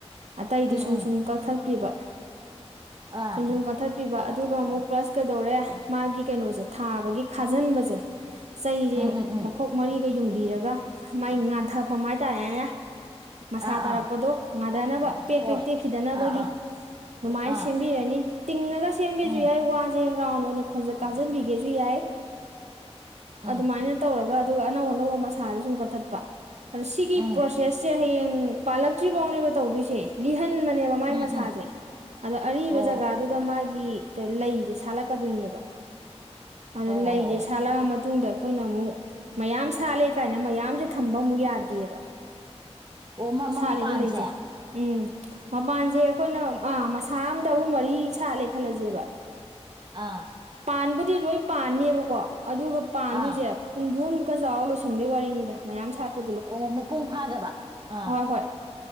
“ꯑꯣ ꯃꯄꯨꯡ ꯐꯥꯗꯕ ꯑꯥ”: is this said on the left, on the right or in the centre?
Right